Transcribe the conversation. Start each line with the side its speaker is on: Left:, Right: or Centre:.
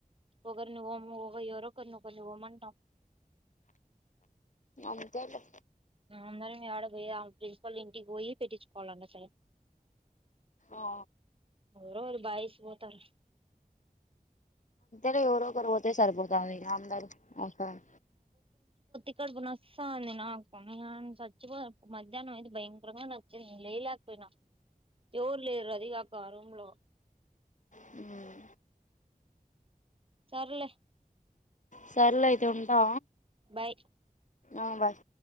Right: ఒకరిని వోమో ఒక ఎవరో ఒకరిని పోమాంటం
Left: అంతేలే
Right: అందరినీ యాడ పోయి ఆమె ప్రిన్సిపల్ ఇంటికి పోయి పెట్టించుకోవాలంటా సైన్
Left: ఆ
Right: ఎవరో వోర్ బాయ్స్ పోతార్
Left: తే ఎవరో ఒకరు పోతే సరిపోతాది అందరు ఒక
Right: ఇ కడుపు నోస్సంది నాకు న సచ్చిపోద మధ్యాహ్నం అయితే భయంకరంగా నోచ్చింది లేయాలేక పోయినా. ఎవరు లేరు అది కాకా ఆ రూమ్ లో
Left: హ్మ్
Right: సర్లే
Left: సర్లే అయితే ఉంటా
Right: బాయ్
Left: ఆ బాయ్